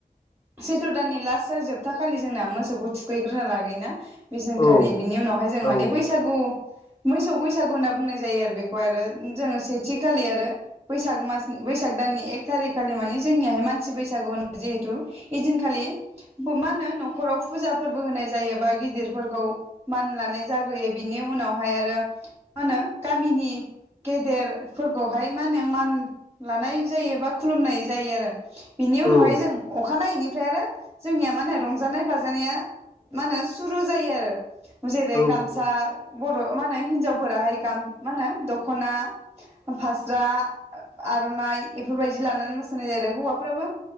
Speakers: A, on the right; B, on the left.
A: सैथ्र' दाननि लास्ट जोबथा खालि जोंना मोसौखौ थुखैग्रोना लाग्रोयोना बे दिनखालि
B: औ
A: बि उनावहाय जों माने
B: औ
A: बै मोसौ बैसागु होनना बुंनाय जायो आरो बेखौ जोङो सेथि खालि आरो बैसाग मास बैसाग दाननि एक थारि खालि मानि जोंनिहाय मानसि बैसागु जेहुतु दिनखालि मा होनो न'खाव फुजा फोरबो होनाय जायोबा गिदिरफोरखौ मान लानाय जाग्रोयो। बिनि उनावहाय आरो मा होनो गामिनि गेदेरफोरखौहाय मा होनो मान लानाय जायो बा खुलुमनाय जायो आरो। बिनि
B: औ
A: उनावहाय जों अखानायैनि ओमफ्राय आरो जोंनिया मा रंजानाय बाजानाया मा होनो सुरु जायो आरो। जेरै
B: औ
A: गामसा बर' मा होनो हिनजावफोराहाय गा मा होनो दख'ना फास्रा आर'नाइ बेफोर बायदि लानानै मोसानाय जायो आरो हौवाफ्राबो